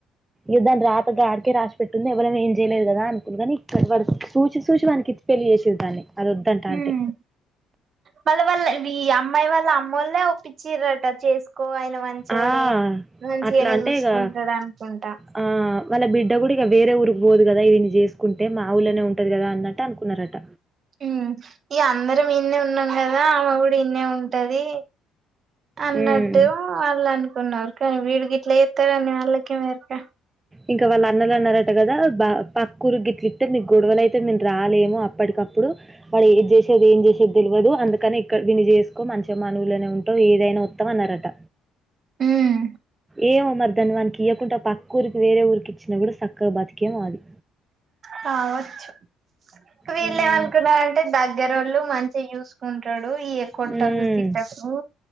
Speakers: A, on the right; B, on the right.
A: ఎద్దని రాతగాడి కే రాష్ పెట్టింది ఎవరైనా ఏం చేయలేదు గదా అనుకుంది కాని ఇక్కడ వాడు చూసి చూసి వానికి పెళ్లి చేసిండ్రు దాన్ని అదొద్దంటా
B: ఉమ్
A: అంటే.
B: మళ్ళీ వాళ్ళ ఈ అమ్మాయి వాళ్ళ అమ్మ వాళ్లే ఓపిచ్చి రా అట చేసుకో ఆయన మంచోడే
A: ఆ!
B: మంచిగానే
A: అట్లా అంటే
B: చూసుకుంటాడు
A: ఇగ
B: అనుకుంటా
A: ఆ! వాళ్ళ బిడ్డ కూడా ఇక వేరే ఊరికి పోదు కదా ఈడి న్ని చేసుకుంటే మా ఊలోనే ఉంటది కదా అన్నట్టు అనుకున్నారట
B: ఉమ్ ఈ అందరం ఇన్నే ఉన్నాం కదా ఆమె కూడా ఇన్ ఏ ఉంటది అన్నట్టు
A: హ్మ్.
B: వాళ్ళు అనుకున్నారు కానీ వీడికి ఇట్లా ఎత్తరని వాళ్ళకేమేరుక
A: ఇంకా వాళ్ళ అన్నలు అన్నారట కదా బ పకురు గిట్లుతే మీకు గొడవల అయితే మేము రాలేమో అప్పటికప్పుడు ఇప్పుడు వాడు ఏది చేసేది ఏం చేసేది తెలియదు అందుకని ఇక్కడ విని చేసుకో మంచిగా మానవులనే ఉంటావు ఏదైనా నేను ఉత్తమ్ అన్నారట
B: ఉమ్
A: ఏం అమర్థాన్ని వానికి ఇయ్యకుంటె పక్క ఊరికి వేరే ఊరికి ఇచ్చిన కూడా చక్కగా బతికేం అది
B: కావచ్చు వీళ్ళు
A: హ్మ్.
B: ఏమనుకున్నారంటే దగ్గరోళ్ళు మంచి చూసుకుంటాడు య కొట్టకు
A: హ్మ్.
B: తిట్టకు